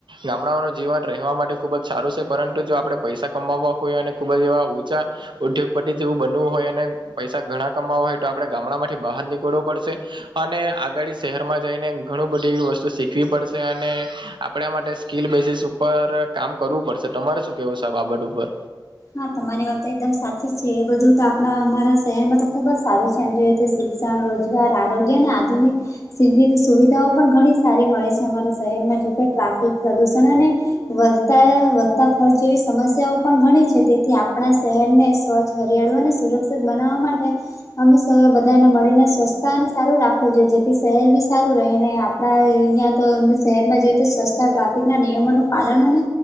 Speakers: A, on the right; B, on the left.
A: ગામડાઓનું જીવન રહેવા માટે ખૂબ જ સારું છે પરંતુ જો આપણે પૈસા કમાવવા હોયએ અને ખૂબ જ એવા ઊંચા, ઉદ્યોગપતિ જેવું બનવું હોય અને પૈસા ઘણા કમાવા હોય તો આપડે ગામડા માંથી બહાર નીકળવું પડશે. અને આગાડી શહેરમાં જઈને ઘણું બધી વસ્તુ શીખવી પડશે અને, આપડા માટે સ્કીલ બેજીસીસ ઉપર કામ કરવું પડશે. તમારે શું કેવું છે આ બાબત ઉપર,
B: હા તમારી વાત તો એકદમ સાચી છે. એ બધું તો આપણા અમારા શહેરમાં તો ખુબ જ સારું છે. એમ જો તો શીખ શિક્ષણ, રોજગાર, આરોગ્ય અને આધુનિક સીધી સુવિધાઓ પણ ઘણી સારી મળે છે. અમારાં શહેરમાં જો કે ટ્રાફિક પ્રદુષણ અને, વધતા વધતા ખર્ચ જેવી સમસ્યાઓ પણ ઘણી છે. તે તેથી આપણા શહેરને સ્વચ્છ હરિયાળુ અને સુરક્ષિત બનાવવા માટે અમે સ બધાને મળીને સ્વચસ્છતા અને સારું રાખવું જોયે જેથી શહેર બી સારું રહીને આ આપણા અહીયાં તો અ શહેરમાં જોઈએ તો સસ્તા ટ્રાફિકના નિયમોનું પાલન અને